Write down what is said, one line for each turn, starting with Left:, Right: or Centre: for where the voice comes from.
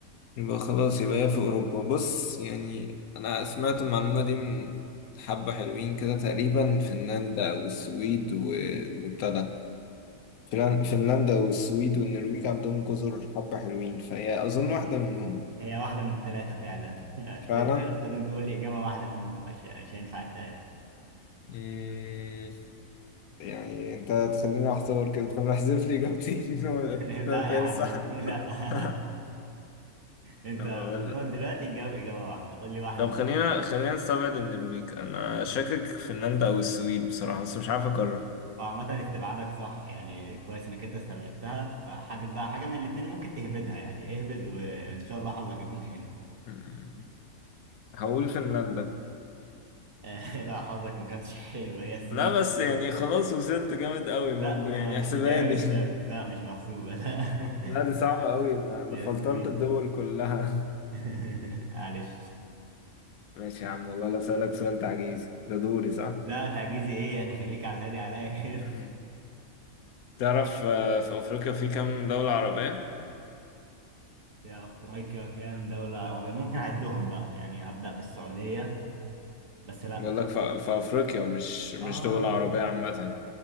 Left: يبقى خلاص يبقى هي في أوروبا بص يعني أنا سمعت المعلومة دي من حبة حلوين كده تقريبا فنلندا والسويد و... وابتدى فنلن- فنلندا والسويد والنرويج عندهم جزر حبة حلوين فهي أظن
Right: هي
Left: واحدة منهم
Right: هي واحدة من الثلاثة فعلا <laughs> بس
Left: فعلا
Right: أنت لازم تقول لي إجابة واحدة منهم مش مش هينفع الثلاثة
Left: مم، يعني أنت هتخليني أحتار كده طب احذف لي إجابتين <laughs> ولا
Right: <laughs>
Left: التالتة
Right: لا يا
Left: هي
Right: حبيبي
Left: الصح
Right: لا
Left: <laughs>
Right: <laughs> أنت
Left: طب أقول
Right: قدامك
Left: لك
Right: دلوقتي تجاوب إجابة واحدة قول لي واحدة
Left: طب
Right: من
Left: خلينا خلينا نستبعد النرويج أنا شاكك في فنلندا أو السويد بصراحة بس مش عارف أقرر
Right: وعامة استبعادك صح يعني كويس إنك أنت استبعدتها فحدد بقى حاجة من الاتنين ممكن تهبدها يعني اهبد وإن شاء الله حظك يكون حلو
Left: مم. هقول فنلندا
Right: <laughs> لا حظك ما كانش حلو هي السويد
Left: لا بس يعني خلاص وصلت جامد قوي
Right: لا
Left: برضه
Right: ما-
Left: يعني احسبها
Right: مش آه، جامد
Left: لي <laughs>
Right: لا لا، مش محسوبة لا
Left: لا دي صعبة أوي أنا أنا
Right: <laughs> هي
Left: فلترت
Right: السويد
Left: الدول كلها
Right: <laughs> معلش
Left: <laughs> ماشي يا عم والله لا أسألك سؤال تعجيزي ده دوري صح؟
Right: لا تعجيزي ايه يعني خليك على الهادي عليا كده
Left: مم. تعرف آه، في افريقيا في كام دولة عربية
Right: <laughs> يا افريقيا كام دولة عربية ممكن اعدهم بقى يعني هبدأ بالسعودية بس لا
Left: بقول لك في في افريقيا مش مش
Right: اه
Left: دول عربية عامة